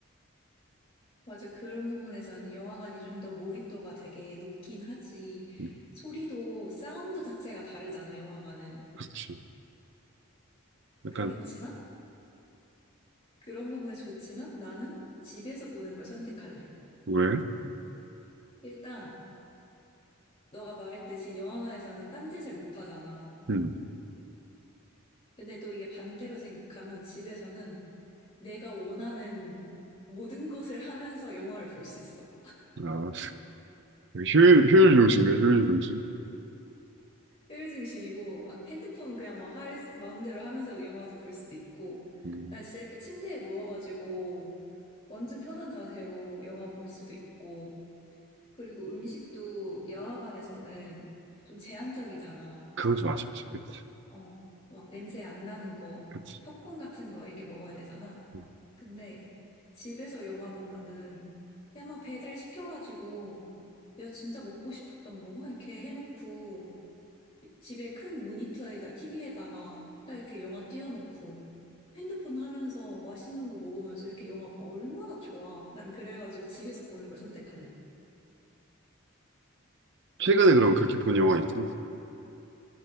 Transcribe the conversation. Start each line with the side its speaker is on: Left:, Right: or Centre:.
Left: 맞아. 그런 부분에서는 영화관이 좀 더 몰입도가 되게 높긴 하지.
Right: 음,
Left: 소리도 사운드 자체가 다르잖아, 영화관은.
Right: 그렇지. 약간,
Left: 그렇지만 그런 부분에 좋지만 나는 집에서 보는 걸 선택할래.
Right: 왜?
Left: 일단 너가 말했듯이 영화관에서는 딴짓을 못 하잖아.
Right: 음,
Left: 근데 또 이게 반대로 생각하면 집에서는 내가 원하는 모든 것을 하면서 영화를 볼 수 있어.
Right: 아, 효율,
Left: 막
Right: 효율 중심이야, 효율 중심.
Left: 효율중심이고, 막 핸드폰 그냥 막 할, 수- 마음대로 하면서 영화도 볼 수 있고,
Right: 음,
Left: 난 진짜 이렇게 침대에 누워가지고 완전 편한 자세로 영화 볼 수도 있고, 그리고 음식도 영화관에서는 좀 제한적이잖아.
Right: 그건 좀 아쉽지. 그치,
Left: 어, 막 냄새 안 나는 거,
Right: 그치.
Left: 팝콘 같은 거 이렇게 먹어야 되잖아.
Right: 음.
Left: 근데 집에서 영화 보면은 그냥 막 배달 시켜가지고 내가 진짜 먹고 싶었던 거 막 이렇게 해놓고 집에 큰 모니터에다 TV에다가 딱 이렇게 영화 띄워놓고 핸드폰 하면서 맛있는 거 먹으면서 이렇게 영화 봐. 얼마나 좋아. 난 그래가지고 집에서 보는 걸 선택할래.
Right: 최근에 그럼 그렇게 본 영화 있어?